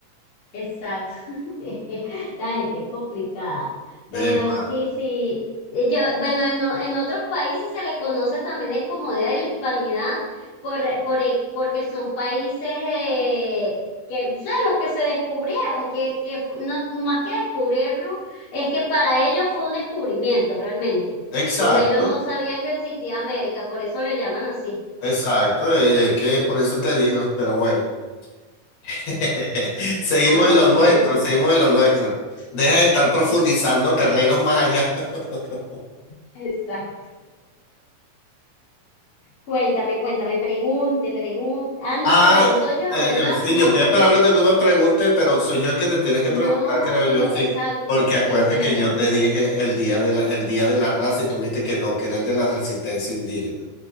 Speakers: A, on the left; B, on the left.
A: Exacto, <laughs> es que la gente es complicada, pero
B: De pana.
A: sí, sí, eh, yo, bueno, en, o- en otros países se le conoce también es como Día de la Hispanidad por, por, eh, porque son países eh, que, o sea, los que se descubrieron, que, que fu- no, más que descubrirlo, es que para ellos fue un descubrimiento realmente,
B: Exacto,
A: porque ellos no sabían que existía América, por eso le llaman así.
B: exacto, eh, eh, es que por eso te digo, pero bueno, <laughs> seguimos
A: A
B: en lo nuestro,
A: ver,
B: seguimos en lo nuestro. Deja de estar profundizando terrenos más allá. <laughs>
A: <laughs> exacto. Cuéntame, cuéntame, pregunte, pregunte. Ah, no,
B: Ah,
A: te pregunto yo,
B: eh,
A: ¿verdad?
B: eh, sí,
A: No,
B: yo estoy
A: te
B: esperando
A: pregunto.
B: que tú me preguntes, pero soy yo el que te tiene que
A: No,
B: preguntar, creo
A: tú
B: yo,
A: me.
B: sí.
A: Exacto,
B: Porque
A: sí,
B: acuérdate
A: sí, me
B: que
A: tienes
B: yo
A: que
B: te
A: preguntar.
B: dije el día de la, el día de la raza y tú me dijiste que no, que era el de la resistencia indígena.